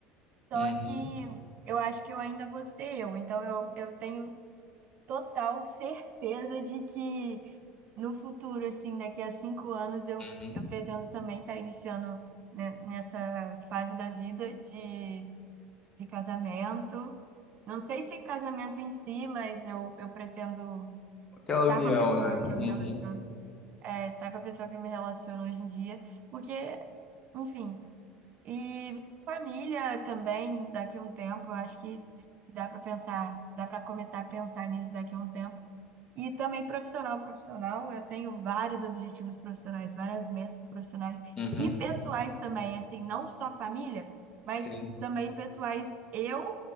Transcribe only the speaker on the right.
só que eu acho que eu ainda vou ser eu, então eu, eu tenho total certeza de que no futuro, assim, daqui a cinco anos, eu,
eu pretendo também estar iniciando, né, nessa fase da vida de, de casamento. Não sei se casamento em si, mas eu, eu pretendo
estar
com a pessoa
que eu
me relaciono, é, estar com a pessoa que eu me relaciono hoje em dia, porque, enfim, e família também, daqui a um tempo, eu acho que que dá para pensar, dá para começar a pensar nisso daqui a um tempo e também profissional, profissional, eu tenho vários objetivos profissionais, várias metas profissionais
e pessoais também, assim, não só família, mas
também pessoais eu